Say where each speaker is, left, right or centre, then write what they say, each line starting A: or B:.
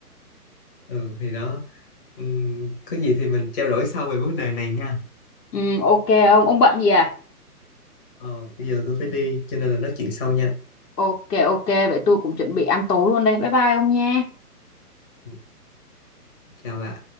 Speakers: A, on the left; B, on the left.
A: ừ thì đó Ừm, có gì thì mình trao đổi sau về vấn đề này nha
B: <laughs> ừ, ok ông ông bận gì à
A: ờ bây giờ tôi phải đi cho nên là nói chuyện sau nha
B: ok ok vậy tôi cũng chuẩn bị ăn tối luôn đây bye bye ông nha
A: Ừ, chào bạn